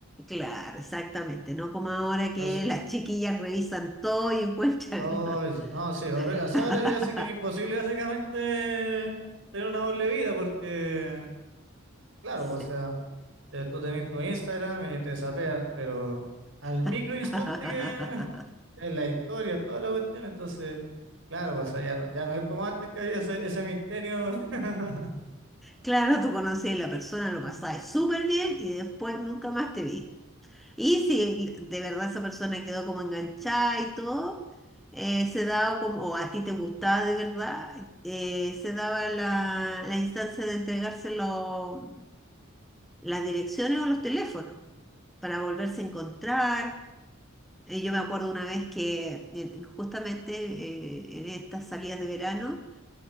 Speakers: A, in the centre; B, on the right (about 65°).
A: Claro, exactamente. No como ahora que
B: Entonces,
A: las chiquillas revisan todo y encuentran.
B: no, es- no, sí, horri- o sea,
A: <laughs>
B: ahora ya sí que es imposible básicamente tener una doble vida porque, claro,
A: Sí.
B: o sea, te- tú tenés tu Instagram y te sapean, pero al micro
A: <laughs>
B: instante que <laughs> es la historia, toda la cuestión, entonces, claro, o sea, ya no, ya no es como antes que había ese, ese misterio, <laughs>
A: Claro, tú conocías a la persona, lo
B: Mm.
A: pasabas súper bien y después nunca más te vi. Y si de verdad esa persona quedó como enganchada y todo, eh, se daba como, o a ti te gustaba de verdad, eh, se daba la, la instancia de entregarse lo- las direcciones o los teléfonos para volverse a encontrar. Eh, yo me acuerdo una vez que eh, justamente eh, en estas salidas de verano